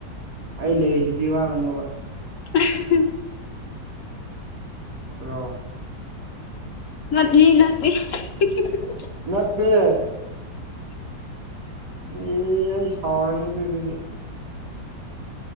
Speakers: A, on the right; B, on the left.
A: ꯑꯩ ꯂꯩꯔꯤꯁꯤꯗꯤ ꯋꯥꯒꯅꯨꯕꯥ
B: ꯍꯥ ꯍꯥ
A: ꯅꯇꯔꫭ
B: ꯅꯠꯂꯤ ꯅꯠꯂꯤ ꯍꯥ ꯍꯥ ꯍꯥ
A: ꯅꯠꯇꯦ ꯑꯦ ꯑꯩ ꯁꯥꯎꯔꯅꯤ ꯇꯨꯗꯤ